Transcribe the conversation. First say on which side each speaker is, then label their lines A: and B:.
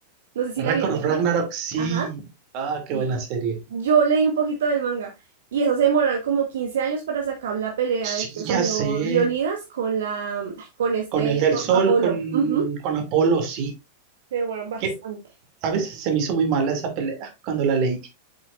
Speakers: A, on the right; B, on the right.
A: No sé si
B: Record
A: la vi en Netflix.
B: of Ragnarok, sí.
A: Ajá,
B: Ah, qué
A: sí.
B: buena serie.
A: Yo leí un poquito del manga y eso se demoran como 15 años para sacar la pelea
B: Sí,
A: de este señor
B: ya sé.
A: Leonidas con la, ay, con este,
B: Con el del
A: con
B: sol,
A: Apolo.
B: con,
A: Ujú.
B: con Apolo, sí.
A: Se demoran bastante.
B: ¿Qué? ¿Sabes? Se me hizo muy mala esa pelea cuando la leí.